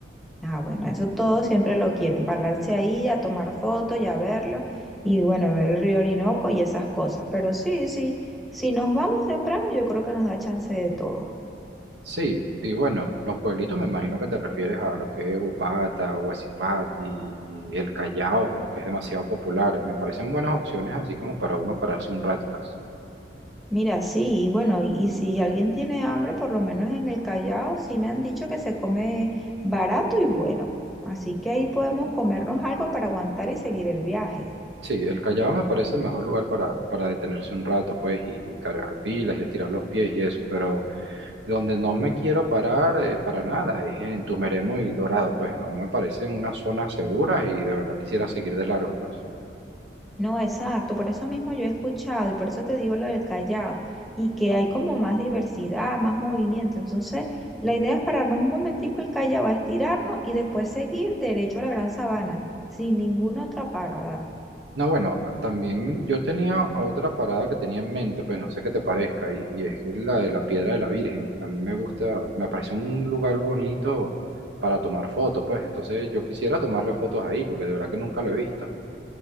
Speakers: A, in the centre; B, on the right.
A: Ah, bueno, eso todos siempre lo quieren, pararse ahí a tomar fotos y a verlo y bueno, ver el río Orinoco y esas cosas, pero sí, sí, si nos vamos temprano yo creo que nos da chance de todo.
B: Sí, y bueno, los pueblitos me imagino que te refieres a lo que es Upata, Huasipati, El Callao, que es demasiado popular. Me parecen buenas opciones así como para uno pararse un rato, pues.
A: Mira, sí, y bueno, y, y si alguien tiene hambre, por lo menos en el Callao, sí me han dicho que se come barato y bueno. Así que ahí podemos comernos algo para aguantar y seguir el viaje.
B: Sí, El Callao me parece el mejor lugar para, para detenerse un rato, pues, y, y cargar pilas y estirar los pies y eso, pero donde no me quiero parar eh, para nada es en Tumeremo y Dorado, pues no me parecen unas zonas seguras y de verdad quisiera seguir de largo, pues.
A: No, exacto, por eso mismo yo he escuchado y por eso te digo lo del Callao, y que hay como más diversidad, más movimiento. Entonces, la idea es pararnos un momentico el Callao a estirarnos y después seguir derecho a la Gran Sabana, sin ninguna otra parada.
B: No, bueno, también yo tenía otra parada que tenía en mente, pues no sé qué te parezca, y, y es que la de la Piedra de la Virgen. A mí me gusta, me parece un lugar bonito para tomar fotos, pues entonces yo quisiera tomarle fotos ahí, porque de verdad que nunca lo he visto.